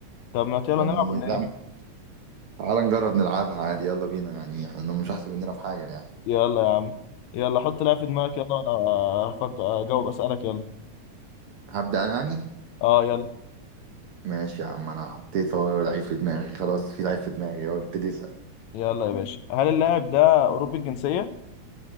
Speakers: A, on the left; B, on the right.
A: طب ما يلا
B: يعني
A: نلعب ولا
B: لا
A: ايه
B: تعال نجرب نلعبها عادي يلا بينا يعني احنا مش احسن مننا في حاجه يعني
A: يلا يا عم يلا حط لاعب في دماغك يلا وانا هفكر اجاوب أسألك يلا
B: هبدأ انا يعني
A: اه يلا
B: ماشي يا عم انا حطيت هو لعيب في دماغي خلاص في لعيب في دماغي هو ابتدي اسأل
A: يلا يا باشا هل اللاعب ده أوروبي الجنسية